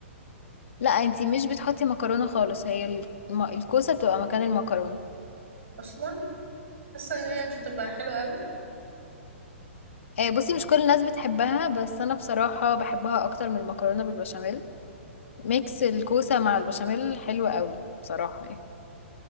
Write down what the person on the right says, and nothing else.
اصلا حاسه ان هي مش هتبقى حلوه قوي